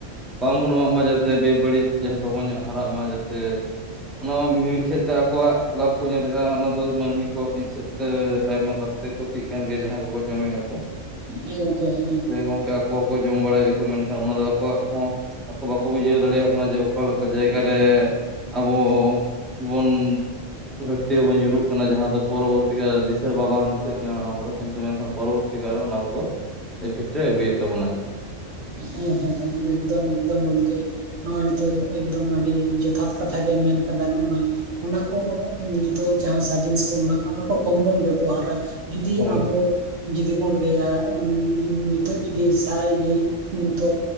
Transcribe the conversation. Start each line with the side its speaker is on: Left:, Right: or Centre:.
Centre: ᱵᱟᱝᱵᱚᱱ ᱮᱢᱟᱜ ᱢᱟ ᱡᱟᱛᱮ ᱵᱮᱵᱟᱹᱲᱤᱡ ᱡᱟᱸᱦᱟ ᱞᱚᱜᱚᱱ ᱧᱚᱜ ᱦᱟᱨᱟᱜ ᱢᱟ ᱡᱟᱛᱮᱼᱼ ᱚᱱᱟ ᱢᱟ ᱢᱤᱼᱢᱤᱫ ᱥᱮᱫ ᱛᱮ ᱟᱠᱚᱣᱟᱜ ᱞᱟᱵᱷᱼᱼ ᱠᱚ ᱧᱮᱞᱮᱜᱼᱟ ᱚᱱᱟ ᱫᱚ ᱢᱟᱹᱱᱢᱤ ᱠᱚᱣᱟᱜ ᱢᱤᱫ ᱥᱮᱫ ᱛᱮ, ᱟᱭᱢᱟ ᱜᱟᱨᱛᱮ ᱠᱷᱚᱛᱤᱜ ᱠᱟᱱ ᱜᱮᱭᱟ ᱡᱟᱦᱟᱸᱭ ᱠᱚᱠᱚ ᱡᱚᱢᱮᱜᱼᱟ ᱠᱚ ᱾
Right: ᱦᱮᱸ ᱜᱚᱝᱠᱮ ᱦᱮᱸᱦᱮᱸᱼᱼ
Centre: ᱥᱮ ᱜᱚᱝᱠᱮ ᱟᱠᱚ ᱦᱚᱸᱠᱚ ᱡᱚᱢ ᱵᱟᱲᱟᱭᱮᱜ ᱠᱚ ᱢᱮᱱᱠᱷᱟᱱ ᱚᱱᱟ ᱫᱚ ᱟᱠᱚᱣᱟᱜ ᱦᱚᱸ ᱟᱠᱚ ᱵᱟᱠᱚ ᱵᱩᱡᱷᱟᱹᱣ ᱫᱟᱲᱮᱭᱟᱜ ᱠᱟᱱᱟ ᱡᱮᱼᱼ ᱚᱠᱟᱞᱮᱠᱟ ᱡᱟᱭᱜᱟᱨᱮ, ᱟᱵᱚ ᱵᱚᱱᱼᱼ ᱜᱷᱟᱹᱴᱛᱤ ᱨᱮ ᱵᱚᱱ ᱧᱩᱨᱩᱜ ᱠᱟᱱᱟ ᱡᱟᱦᱟ ᱫᱚ ᱯᱚᱨᱚᱵᱚᱨᱛᱤ ᱠᱟᱞ ᱨᱮ ᱫᱤᱥᱟᱹ ᱢᱟ ᱵᱟᱝ ᱫᱤᱥᱟᱹᱜ ᱠᱟᱱᱟ ᱚᱱᱟ ᱠᱚᱫᱚ ᱠᱤᱱᱛᱩ ᱢᱮᱱᱠᱷᱟᱱ ᱯᱚᱨᱚᱵᱚᱨᱛᱤᱼᱼ ᱠᱟᱨᱚᱱ ᱚᱱᱟ ᱠᱚᱫᱚ ᱮᱯᱷᱮᱠᱴᱮ ᱟᱹᱜᱩᱭᱮᱫ ᱛᱟᱵᱚᱱᱟ ᱾
Right: ᱦᱮᱸ ᱦᱮᱸ ᱦᱮᱸ ᱮᱠᱫᱚᱢ ᱮᱠᱫᱚᱢ ᱜᱚᱢᱠᱮ ᱾ ᱱᱚᱜᱼᱚᱭ ᱱᱤᱛᱚᱜ ᱮᱠᱫᱚᱢ ᱟᱹᱰᱤ ᱡᱚᱛᱷᱟᱛ ᱠᱟᱛᱷᱟ ᱜᱮᱢ ᱢᱮᱱ ᱠᱟᱫᱟ ᱱᱚᱜᱼᱚᱭᱼᱼ ᱚᱱᱟ ᱠᱚ ᱫᱚ ᱱᱤᱛᱚᱜ ᱡᱟᱸᱦᱟ ᱥᱟᱨ ᱡᱤᱱᱤᱥ ᱵᱚᱱ ᱮᱢᱟᱜ ᱠᱟᱱᱟ ᱚᱱᱟ ᱠᱚ ᱠᱚᱢ ᱵᱚᱱ ᱵᱮᱵᱚᱦᱟᱨᱟ ᱾ ᱡᱩᱫᱤ
Centre: ᱦᱳᱭ
Right: ᱟᱵᱚ ᱡᱩᱫᱤ ᱵᱚᱱ ᱞᱟᱹᱭᱟ ᱩᱸᱻ ᱱᱤᱛᱚᱜ ᱡᱩᱫᱤ ᱥᱟᱭ ᱞᱟᱹᱭᱼᱼ ᱛᱚ,